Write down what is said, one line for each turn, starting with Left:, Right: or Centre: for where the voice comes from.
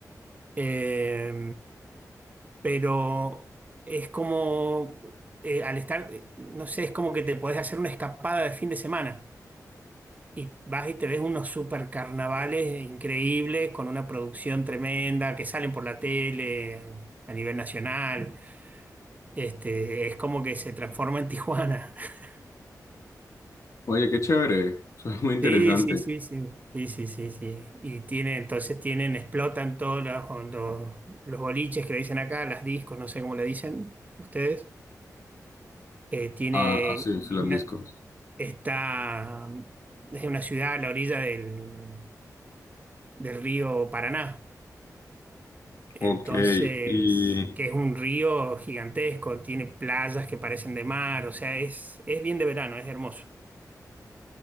Right: Eh, pero es como, eh, al estar, eh, no sé, es como que te podés hacer una escapada de fin de semana y vas y te ves unos super carnavales increíbles con una producción tremenda que salen por la tele a nivel nacional. Este, es como que se transforma en Tijuana. <laughs>
Left: Oye, qué chévere, <laughs> suena muy interesante.
Right: Sí, sí, sí, sí, sí, sí, sí, sí. Y tiene, entonces tienen, explotan todos los, los, los boliches que le dicen acá, las discos, no sé cómo le dicen ustedes. Eh, tiene,
Left: Ah, ah, sí, sí,
Right: es
Left: los
Right: una,
Left: discos.
Right: está, es una ciudad a la orilla del, del río Paraná. Entonces,
Left: Ok, y,
Right: que es un río gigantesco, tiene playas que parecen de mar, o sea, es, es bien de verano, es hermoso.